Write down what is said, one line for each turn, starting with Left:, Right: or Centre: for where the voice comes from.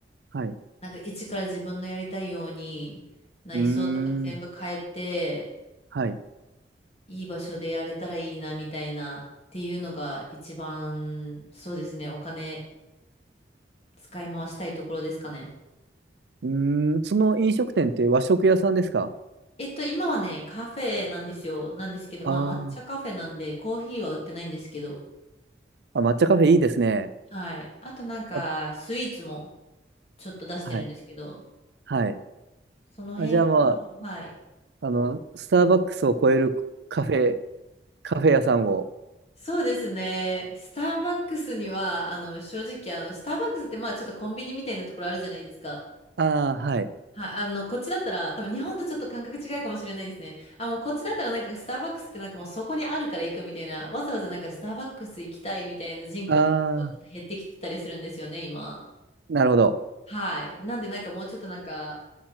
Right: はい。う
Left: なんか一から自分のやりたいように内装とか全部変えて、
Right: ーん。はい。
Left: いい場所でやれたらいいなみたいなっていうのが一番、そうですね、お金使い回したいところですかね。
Right: うーん。その飲食店って和食屋さんですか
Left: えっと、今はね、カフェなんですよ。なんですけど、
Right: あー
Left: まあ抹茶カフェなんでコーヒーは売ってないんですけど、
Right: あ、抹茶カフェいいですね。
Left: はい。あとなんか、
Right: あ、
Left: スイーツもちょっと出してるんですけど、
Right: はい。はい。
Left: その辺から、
Right: あ、じゃあま
Left: はい。
Right: あ、あの、スターバックスを超えるカフェ、カフェ屋さんを。
Left: そうですね。スターバックスには、あの、正直、あの、スターバックスって、まあ、ちょっとコンビニみたいなところあるじゃないですか。
Right: ああ、はい。
Left: はい、あの、こっちだったら、多分日本とちょっと感覚違うかもしれないですね。あ、もうこっちだったらなんかスターバックスってなんかもうそこにあるから行くみたいな、わざわざなんかスターバックス行きたいみたいな人口って結構ちょっと減ってきてたりするんですよね、
Right: ああ、
Left: 今。
Right: なるほど。
Left: はい。なんでなんかもうちょっとなんか、